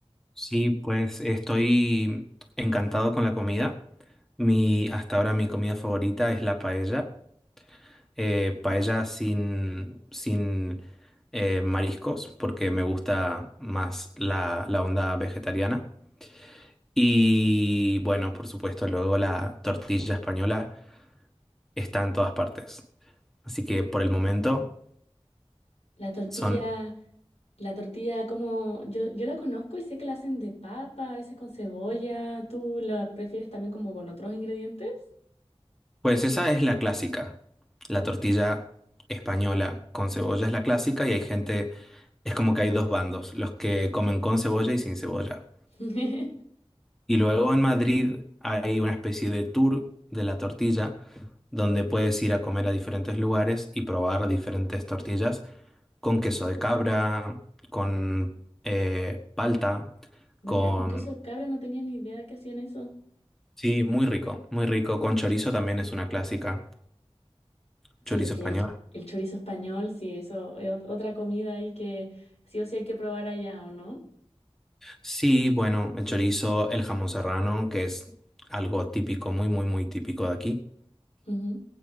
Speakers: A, in the centre; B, on the left.
A: Sí, pues estoy encantado con la comida. Mi, hasta ahora mi comida favorita es la paella. Eh, paella sin, sin eh, mariscos, porque me gusta más la, la onda vegetariana. Y bueno, por supuesto, luego la tortilla española está en todas partes. Así que por el momento
B: La tortilla,
A: son
B: la tortilla como yo, yo la conozco y sé que la hacen de papa, a veces con cebolla. ¿Tú la prefieres también como con otros ingredientes?
A: Pues esa es la clásica. La tortilla española con cebolla es la clásica y hay gente, es como que hay dos bandos, los que comen con cebolla y sin cebolla.
B: <laughs>
A: Y luego en Madrid hay una especie de tour de la tortilla donde puedes ir a comer a diferentes lugares y probar diferentes tortillas con queso de cabra, con eh, palta,
B: Mira,
A: con...
B: con queso de cabra no tenía ni idea de que hacían eso.
A: Sí, muy rico, muy rico. Con chorizo también es una clásica,
B: Sí,
A: chorizo
B: es que
A: español.
B: el, el chorizo español, sí, eso es ot- otra comida ahí que sí o sí hay que probar allá, ¿o no?
A: Sí, bueno, el chorizo, el jamón serrano, que es algo típico, muy, muy, muy típico de aquí.
B: Ujú.